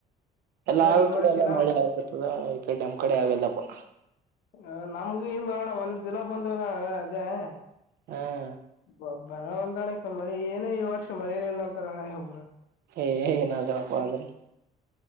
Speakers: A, on the right; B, on the left.
A: ಎಲ್ಲಾ
B: ಅದ್ರ
A: ಆಗ
B: ಈ
A: ಕಡೆ
B: ವರ್ಷ
A: ಎಲ್ಲಾ
B: ಏನ
A: ಮಳಿ ಆಗ್ತತದ ಈ ಕಡೆ ನಮ್ಮ ಕಡೆ ಆಗಲ್ಲಪಾ.
B: ಹ ನಮಗು ಇಲ್ಲ ಅಳ ಒಂದ್ ದಿನ ಬಂದ ಇದಾಳ ಅಲ್ಲ ಅದೇ. <unintelligible>
A: ಹ. <unintelligible>
B: ಬ ಬರವಲ್ದಾಣಕ್ಕ ಮರಿ ಏನ ಈ ವರ್ಷ ಮಳೆನೇ ಇಲ್ಲಾ ಅಂತಾರ ಅಣ್ಣ ಒಬ್ರು. <unintelligible>
A: ಏಯ ಏನ್ ಆಗಲ್ಲಪ್ಪ ಅಂದರ್. <unintelligible>